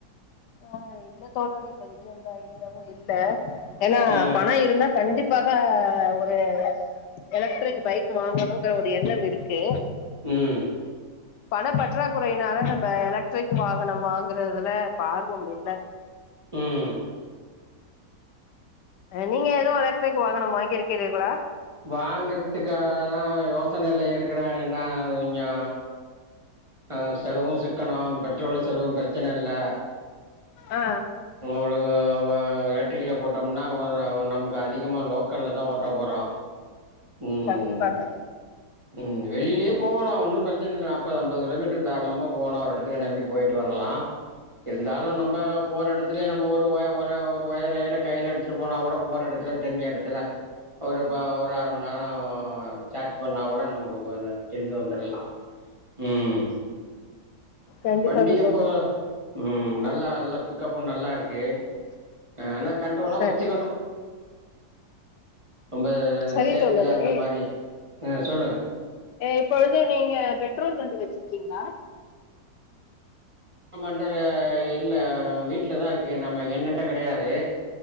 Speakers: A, on the left; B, on the right.
A: ஆ இல்ல தோழர் இப்போதிக்கு எந்த ஐடியாவு இல்ல ஏன்னா
B: ஆ
A: பணோ இருந்தா கண்டிப் இதுக்காக ஒரு எலக்ட்ரிக் பைக் வாங்கணுங்கர ஒரு எண்ணம் இருக்கு
B: உம்
A: பண பற்றாக்குறையினால நம்ம எலக்ட்ரிக் வாகனம் வாங்குறதுல இப்ப ஆர்வம் இல்ல
B: உம்
A: நீங்க ஏதோ எலக்டரிக் வாகனம் வாங்கியிருக்க கேட்டீர்களா
B: வாங்கறதுக்காகதா யோசனையில இருக்கறாங்கன்னா கொஞ்சு ஆ செலவு சிக்கணோ பெட்ரோல் செலவு பிரச்சன இல்ல
A: ஆ
B: ஓ ஓஎலக்ட்ரிக்கில்ல போட்டோம்னா ஒரு நமக்கு அதிகமாக லோக்கல்ல தா ஓட்ட போறோ ம்
A: கண்டிப்பாக
B: ம் வெளியிலயே போகலா ஒன்னு பிரச்சன இல்ல நாப்பது ஐம்பது கிலோமீட்டர் தாரலமா போகலா ஒரு இடத்துக்கு நம்பி போயிட்டு வரலா இருந்தாலு நம்ம போற இடத்துலயே நம்ம ஒரு உய ஒரு ஒரு உயர கைல எடுத்துட்டு போனா கூட போற எடத்துல தெரிஞ்ச எடத்துல ஒரு ஒரு அரை மணி நேரம் சார்ஜ் இப்ப ந கூட நமக்கு திரும்பி வந்துரலாம் உம்
A: கண்டிப்பாக
B: வண்டியும்
A: தோழரே
B: ப்ப உம் நல்லா நல்லா பிக்கப்பு நல்லா இருக்கு ஆனா கண்ட்ரோலா
A: சரி
B: வச்சுக்கணு ரொம்ப
A: சரி
B: சேத்துல
A: தோழரே
B: அந்த மாரி ஆ சொல்லுங்க
A: இப்பொழுது நீங்க பெட்ரோல் வண்டி வச்சிருக்கீங்களா
B: மண்ட இல்ல வீட்லதா இருக்கு நம்ம என்னன்ட கிடையாது